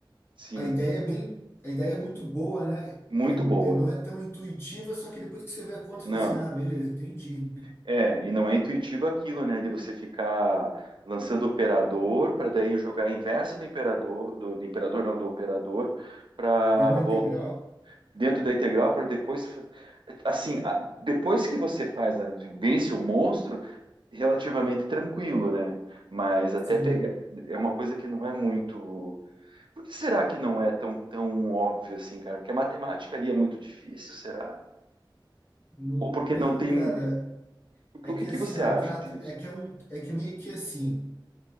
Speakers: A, on the right; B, on the left.
A: sim,
B: a ideia é bem, a ideia é muito boa, né?
A: muito
B: É, é-
A: boa.
B: não é tão intuitiva, só que depois que você vê a conta, você
A: Não,
B: fala assim, ah, beleza, entendi.
A: É, e não é intuitivo aquilo, né? De você ficar lançando operador para daí jogar a inversa do imperador, do, do imperador não, do operador, para
B: Grande
A: voltar
B: da integral,
A: dentro da integral para depois, fa- assim, a- depois que você faz, a- vence o monstro, relativamente tranquilo, né? Mas até
B: sim.
A: pegar é uma coisa que não é muito. Por que será que não é tão tão óbvio assim, cara? Porque a matemática ali é muito difícil, será?
B: Não,
A: Ou porque
B: não,
A: não tem?
B: cara, é
A: O que
B: que
A: que
B: assim,
A: você
B: ó,
A: acha
B: trata,
A: disso?
B: é que é um, é que meio que assim,